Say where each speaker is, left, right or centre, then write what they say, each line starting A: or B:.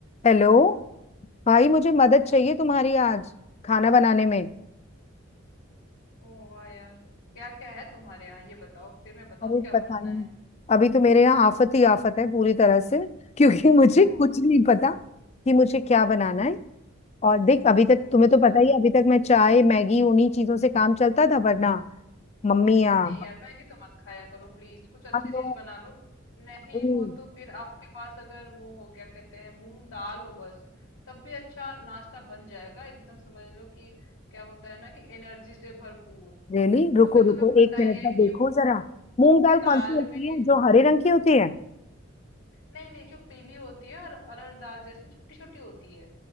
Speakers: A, on the left (about 30°); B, on the left (about 75°).
A: Hello भाई मुझे मदद चाहिए तुम्हारी आज खाना बनाने में
B: ओ वाह यार क्या क्या है तुम्हारे यहाँ ये बताओ फिर मैं बताऊँ
A: अरे
B: क्या
A: पता
B: बनना
A: नहीं
B: है
A: अभी तो मेरे यहाँ आफत ही आफत है पूरी तरह से क्योंकि <laughs> मुझे
B: ओह
A: कुछ नहीं पता कि मुझे क्या बनाना है और देख अभी तक
B: अच्छा
A: तुम्हें तो पता ही है, अभी तक मैं चाय मैगी उन्हीं चीजों से काम चलता था वरना मम्मी या
B: नहीं
A: हम
B: यार मैगी तो मत खाया करो प्लीज कुछ अच्छी
A: लोग
B: चीज बना लो नहीं
A: अभी-
B: हो तो फिर आपके पास अगर वो हो क्या कहते हैं मूंग दाल हो बस तब भी अच्छा नाश्ता बन जाएगा एकदम समझ लो कि क्या होता है ना कि एनर्जी से भरपूर
A: रेली रुको
B: क्योंकि
A: रुको
B: तुम्हें पता
A: एक
B: ही
A: मिनट
B: है
A: का
B: कि
A: देखो
B: मूंग
A: जरा
B: मूंग
A: मूंग
B: की
A: दाल
B: दाल
A: कौन सी होती
B: में
A: है जो हरे रंग की होती है
B: नहीं नहीं जो पीली होती है और अरहर दाल जैसे छोटी छोटी होती है